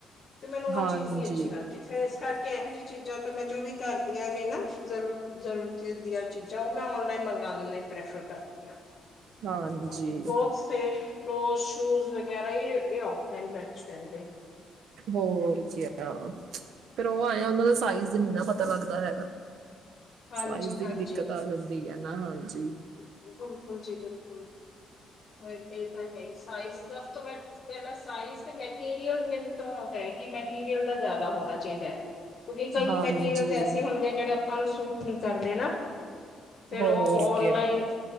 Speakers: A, on the left; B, on the right.
A: ਤੇ ਮੈਨੂੰ ਉਹ
B: ਹਾਂਜੀ
A: ਚੀਜ਼ ਨਹੀ ਅੱਛੀ ਲੱਗਦੀ। ਫੇਰ ਇਸ ਕਰਕੇ, ਇਹੋ ਜਿਹੀ ਚੀਜ਼ਾਂ ਤਾਂ ਮੈਂ ਜੋ ਵੀ ਕਰਦੀਆਂ ਨੇ ਨਾ ਜ਼ਰੂਰ ਜ਼ਰੂਰ ਫੇਸ ਦੀਆਂ ਚੀਜ਼ਾਂ ਉਹ ਮੈਂ ਨਲਾਈਨ ਮੰਗਉਣ ਲਈ ਪ੍ਰੈਫਰ ਕਰਦੀ ਹਾਂ,
B: ਹਾਂਜੀ
A: ਬਾਕੀ ਹੋਰ ਸੇਵ, ਟੋਂਸਟ, ਸ਼ੂਜ, ਵਗੈਰਾ ਏ ਔਫਲਾਈਨ ਬੈਸਟ ਰੈਂਹਿੰਦੇ।
B: ਹੋਰ ਕੇਹਾ ਫੇਰ ਉਹ ਆਯਾ, ਉਹਨਾਂ ਦਾ ਸਾਈਜ਼ ਨੀ ਨਾ ਪਤਾ ਲੱਗਦਾ ਹੈਗਾ।
A: ਹਾਂਜੀ
B: ਸਾਈਜ਼ ਦੀ
A: ਹਾਂਜੀ
B: ਵੀ ਦਿੱਕਤ ਆ ਜਾਂਦੀ ਹੈ ਨਾ, ਹਾਂਜੀ।
A: ਬਿਲਕੁਲ ਜੀ ਬਿਲਕੁਲ ਜੀ। ਔ ਏ ਤਾਂ ਹੈ ਹੀ, ਸਾਈਜ਼ ਸਬ ਤੋ ਲਫ਼ ਤੋਂ ਵੱਧ ਪਹਿਲਾਂ ਸਾਈਜ਼, ਤੇ ਮੈਟੀਰੀਅਲ, ਮੈਨੂੰ ਤਾਂ ਹੈ ਕਿ ਮੈਟੀਰੀਅਲ ਦਾ ਜ਼ਿਆਦਾ ਹੋਣਾ ਚਾਹੀਦਾ। ਬੀ ਕਈ
B: ਹਾਂਜੀ
A: ਮੈਟੀਰੀਅਲ ਐਸੇ ਹੁੰਦੇ ਐ, ਜਿਹੜੇ ਆਪਾਂ ਨੂੰ ਸੂਟ ਨਹੀ ਕਰਦੇ ਨਾ। ਫੇਰ
B: ਹੋਰ
A: ਉਹ ਔਨਲਾਈਨ
B: ਕਿਆ